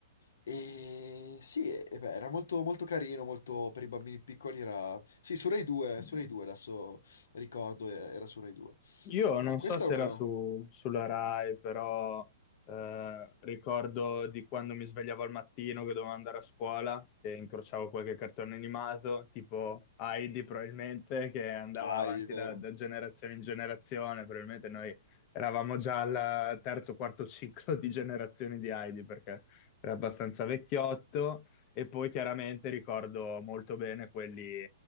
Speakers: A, on the left; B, on the left.
A: e sì, e- e beh, era molto, molto carino, molto per i bambini piccoli era... Sì, su Rai 2,
B: mm.
A: su Rai 2 adesso ricordo, eh, era su Rai 2.
B: Io
A: Eh,
B: non
A: questa
B: so se
A: è una...
B: era su, sulla Rai, però eh, ricordo di quando mi svegliavo al mattino che dovevo andare a scuola e incrociavo qualche cartone animato, tipo Heidi probabilmente, che andava
A: Ah,
B: avanti
A: è vero.
B: da, da generazione in generazione. Probabilmente noi eravamo già al terzo o quarto ciclo di generazioni di Heidi, perché era abbastanza vecchiotto. E poi chiaramente ricordo molto bene quelli